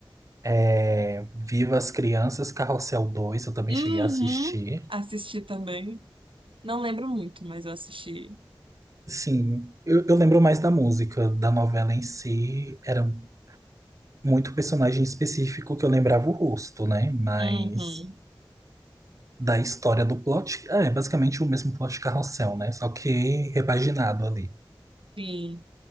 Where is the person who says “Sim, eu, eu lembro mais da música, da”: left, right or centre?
Right